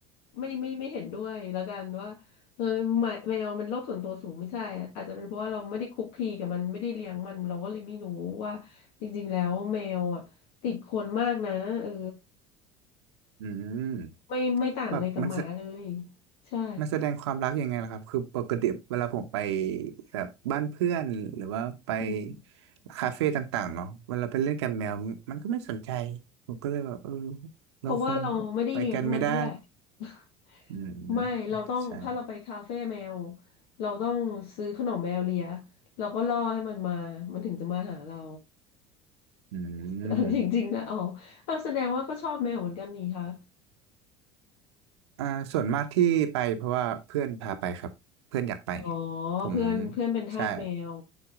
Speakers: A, on the left; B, on the right.
A: ไม่ไม่ไม่เห็นด้วยแล้วกันว่าเออแมวแมวมันโรคส่วนตัวสูงไม่ใช่อาจจะเป็นเพราะว่าเราไม่ได้คุกคีกับมันไม่ได้เลี้ยงมันเราก็เลยไม่รู้ว่าจริงๆแล้วแมวอ่ะติดคนมากนะเออ
B: อืม
A: ไม่ไม่ต่างอะไรกับหมาเลย
B: แบบมันแส
A: ใช่
B: มันแสดงความรักยังไงล่ะครับ คือปกติเวลาผมไปแบบบ้านเพื่อนหรือว่าไป
A: อืม
B: คาเฟ่ต่างๆเนาะเวลาไปเล่นกับแมวมันก็ไม่สนใจ ผมก็เลยแบบเออ
A: เพราะว่าเราไม่ได้เลี้ยงมันด้วยแหละ
B: เราคงไปกันไม่ได้
A: <laughs>
B: อืม
A: ไม่เราต้องถ้าเราไปคาเฟ่แมว
B: อาจจะใช่
A: เราต้องซื้อขนมแมวเลียเราก็ล่อให้มันมามันถึงจะมาหาเรา
B: อืม
A: <laughs> จริงๆนะอ๋อเอาวแสดงว่าก็ชอบแมวเหมือนกันนี่คะ
B: อ่าส่วนมากที่ไปเพราะว่าเพื่อนพาไปครับเพื่อนอยากไป
A: อ๋อ
B: ผม
A: เพื่อนเพื่อนเป็นทาสแมว
B: ใช่